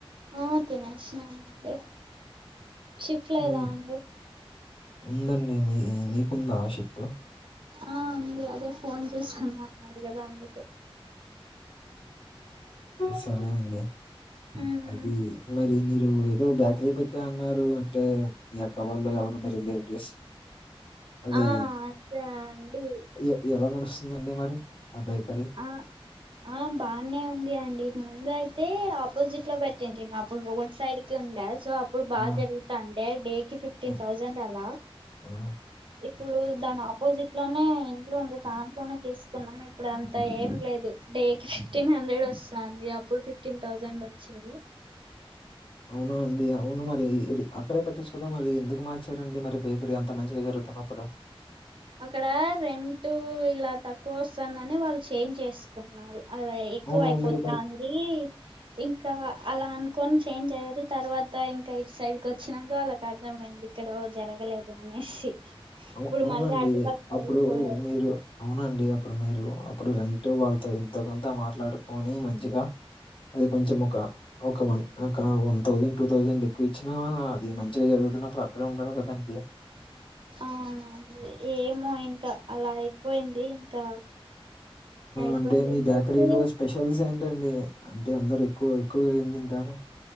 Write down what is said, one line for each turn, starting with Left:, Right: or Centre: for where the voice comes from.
Right: ఆ తినేసిన అండీ షిఫ్ట్ లేదా
Left: హ్మ్.
Right: అండి
Left: ఉందండి మీ మీకుందా షిఫ్ట్
Right: ఆ ఉంది అదే ఫోన్ చేసిన్నా అన్నారు కదా అందుకు
Left: సరే అండి
Right: మ్మ్
Left: అది మీరు ఏదో బ్యాకరీ పెట్టే అన్నారు అంటే మీ అక్క వాళ్ళ ఎవరు మీ రిలేటివ్స్ <inaudible> అది
Right: ఆ అదే అండి
Left: ఇయ ఎలా నడుస్తుంది అండి మరి ఆ బేకరి
Right: ఆ ఆ బానే ఉంది అండి ముందు అయితే ఆపోజిట్లో పెట్టింటిమి అప్పుడు రోడ్ సైడ్కి ఉండా సో ఇప్పుడు బాగా
Left: ఆ!
Right: జరుగుతాండే డేకి ఫిఫ్టీన్
Left: ఆ!
Right: థౌజండ్ అలా
Left: ఆ!
Right: ఇప్పుడు దాని ఆపోజిట్లోనే ఇంట్లో ఉంది దాంట్లోనే తీసుకున్నాం ఇప్పుడు అంత ఏం లేదు డేకి ఫిఫ్టీన్ హండ్రెడ్ వస్తాంది అప్పుడు ఫిఫ్టీన్ థౌజండ్ వచ్చేది
Left: అవున అండి అవును మరి అక్కడే పెట్టిచ్చు కదా మరి ఎందుకు మార్చారండి మరి బేకరీ అంత మంచిగా జరుగుతున్నప్పుడు
Right: అక్కడ రెంట్ ఇలా తక్కువ వస్తుందని వాళ్ళు చేంజ్ చేసుకున్నారు అలా ఎక్కువ
Left: అవును.
Right: అయిపోతాంది
Left: మీరు కొం
Right: ఇంకా అలా అనుకొని చేంజ్ అయ్యారు తర్వాత ఇంక ఇటు సైడ్కి వచ్చినంక వాళ్కు అర్థమైంది ఇక్కడో జరగలేదు అనేసి
Left: హౌఅవునండి
Right: ఇప్పుడు మళ్ళీ అటుపక్క
Left: అప్పుడు
Right: వెళ్ళిపోలేదు
Left: మీరు అవునండి అప్పుడు మీరు అప్పుడు రెంటూ వాళ్ళతో ఎంతో కొంత మాట్లాడుకొని మంచిగా అది కొంచ ముఖ ఒక వన్ ఒక వన్ థౌజండ్ టూ థౌజండ్ ఎక్కువ ఇచ్చినా అది మంచిగా జరుగుతున్నప్పుడు అక్కడే ఉండాలి కదండి
Right: అవునండి ఏమో ఇంకా అలా అయిపోయింది ఇంకా అయిపోయింది
Left: అంటే మీ బేకరీలో
Right: ఓకే
Left: స్పెషల్స్ ఏంటండి అంటే అందరు ఎక్కువ ఎక్కువగా ఏం తింటారు